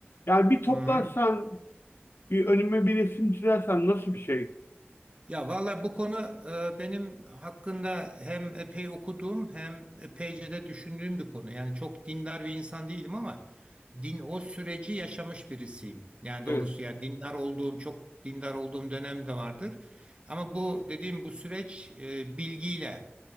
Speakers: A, on the left; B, on the right.
A: Yani bir toplarsan,
B: Hı hı.
A: bir önüme bir resim çizersen nasıl bir şey?
B: Ya vallahi bu konu e, benim hakkında hem epey okuduğum hem epeyce de düşündüğüm bir konu. Yani çok dindar bir insan değilim ama din o süreci yaşamış birisiyim. Yani doğrusu
A: Evet.
B: yani dindar olduğum çok dindar olduğum dönem de vardır. Ama bu dediğim bu süreç e, bilgiyle